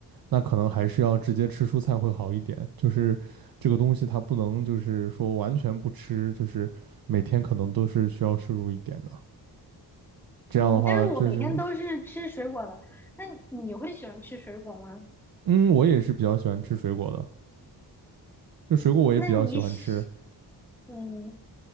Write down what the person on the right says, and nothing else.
那可能还是要直接吃蔬菜会好一点。就是这个东西它不能就是说完全不吃，就是每天可能都是需要摄入一点的。这样的话，
就是
嗯，我也是比较喜欢吃水果的，就水果我也比较喜欢吃。